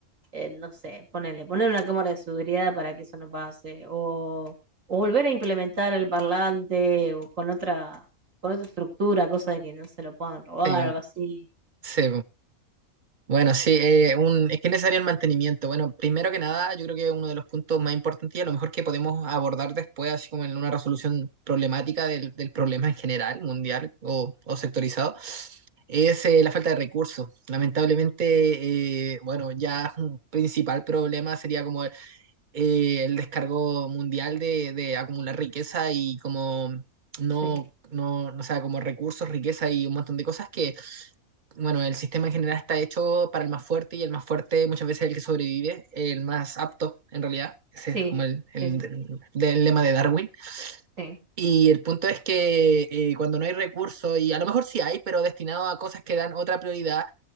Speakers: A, on the right; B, on the right.
A: en, no sé, ponerle, poner una cámara de seguridad para que eso no pase, o, o volver a implementar el parlante o con otra, con otra estructura, cosa de que no se lo puedan robar
B: Sí, bueno,
A: o algo así.
B: sí, Bueno, sí, eh, un, es que es necesario el mantenimiento. Bueno, primero que nada, yo creo que uno de los puntos más importantes y a lo mejor que podemos abordar después, así como en una resolución problemática del, del problema en general, mundial o, o sectorizado, es eh, la falta de recursos. Lamentablemente, eh, bueno, ya un principal problema sería como eh, el descargo mundial de, de acumular riqueza y como no,
A: Sí.
B: no, o sea, como recursos, riqueza y un montón de cosas que bueno, el sistema en general está hecho para el más fuerte y el más fuerte muchas veces es el que sobrevive, el más apto en realidad. Ese
A: Sí,
B: es como el,
A: sí,
B: el-
A: sí,
B: el lema de Darwin.
A: sí.
B: Y el punto es que eh, cuando no hay recursos, y a lo mejor sí hay, pero destinado a cosas que dan otra prioridad,